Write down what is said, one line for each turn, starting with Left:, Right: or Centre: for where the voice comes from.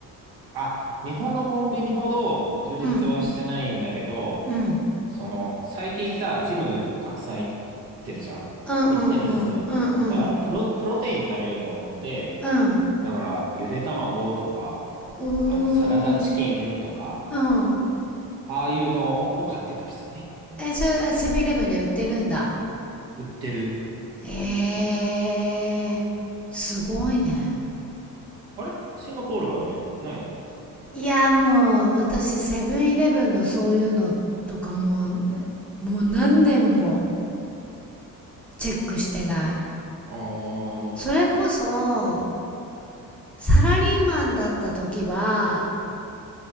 Right: あ、日本のコンビニほど充実はしてないんだけど、
Centre: うん。うん。
Right: その、最近さ、ジムたくさん行ってるじゃん行ってるのね。
Centre: うんうんうん。うんうん。
Right: だから、プロ、プロテイン食べようと思って、
Centre: うん。
Right: だから、ゆで卵とか、
Centre: うー
Right: あの、サラダチキンとか、
Centre: ん。うん。
Right: ああいうのを買ってたりするね。うん
Centre: え、それ、あセブンイレブンで売ってるんだ。
Right: 売ってる。
Centre: ええー。すごいね。
Right: あれシンガポールはない、ないのそれ。
Centre: いや、もう、私、セブンイレブンのそういうのとかもう、もう何年もチェックしてない。
Right: ああ、
Centre: それこそ、サラリーマンだった時は、